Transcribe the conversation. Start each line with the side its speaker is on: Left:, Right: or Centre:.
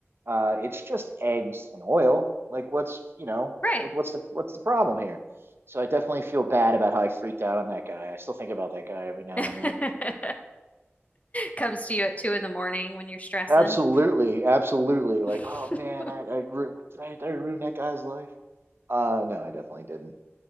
Right: uh, it's just eggs and oil. Like, what's you know,
Left: Right.
Right: what, what's the what's the problem here? So I definitely feel bad about how I freaked out on that guy. I still think about that guy every now
Left: <laughs>
Right: and then.
Left: Comes to you at two in the morning when you're stressing.
Right: Absolutely, absolutely. Like,
Left: <laughs>
Right: oh man, I, I ru- did I, did I ruin that guy's life? Uh, no, I definitely didn't.